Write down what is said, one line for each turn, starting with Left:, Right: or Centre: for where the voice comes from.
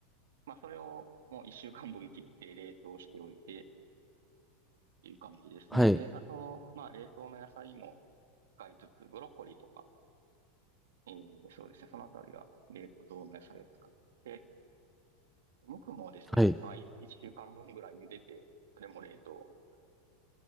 Right: まあそれをもう一週間分切って冷凍しておいてっていう感じですね。
Centre: はい。
Right: で、あと、まあ冷凍の野菜も使いつつ、ブロッコリーとか、えーそうですね、そのあたりは冷凍の野菜を使って、無くもですね、
Centre: はい。
Right: まあい一週間分ぐらい茹でて、それも冷凍。